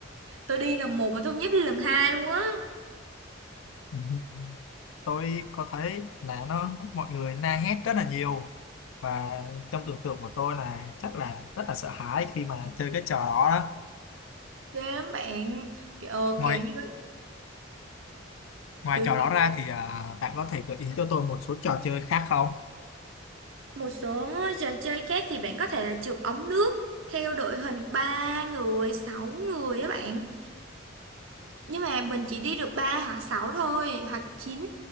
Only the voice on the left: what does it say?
Ừ. Tôi có thấy là nó mọi người la hét rất là nhiều và trong tưởng tượng của tôi là chắc là rất là sợ hãi khi mà chơi cái trò đó đó.
Ngoài
ngoài
trò đó ra thì à, bạn có thể gợi ý cho tôi một số trò chơi khác không?